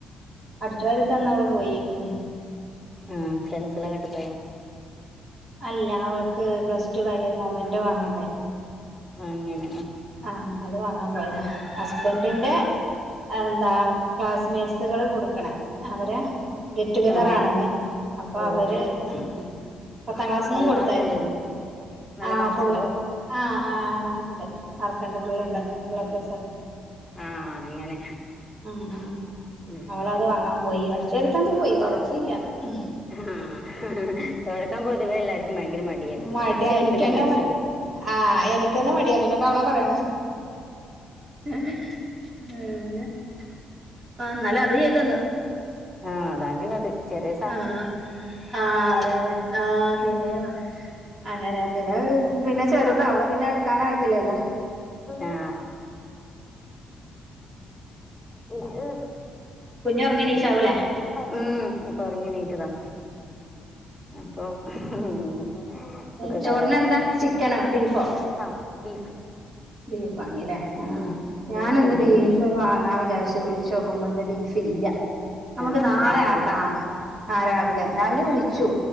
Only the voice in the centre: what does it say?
ആഹ് ഫ്രണ്ട്സ് എല്ലാം വിട്ട
അങ്ങനെ
ആ ആ
ഓ
ഓ
നല്ല
മാർക്ക് ഉണ്ടായിരുന്നു നല്ല
മാർക്സ്
ഉണ്ടോ
ആഹ് അങ്ങനെ
ഉം
ആഹ് തൊടക്കാൻ പൊതുവേ എല്ലാർക്കും ഭയങ്കര മടിയായിരിക്കും
അടിച്ചു
വാരി
പിന്നെ അങ്ങ് അടിച്ചു
വാരി തീർക്കും
ആഹ് അതാങ്കില് അത് ചെറി
ആ ഹ്
ഉം ഇപ്പൊ ഒറങ്ങിണീറ്റതാ
അപ്പൊ ന്ന്പ്പൊ
ഒക്കെ കഥ കണക്കാ
ആഹ് ബീഫ്
ഉം
ബീഫ് ഉണ്ടായിരുന്നു
ആ
രാവിലെ
ആ
ആ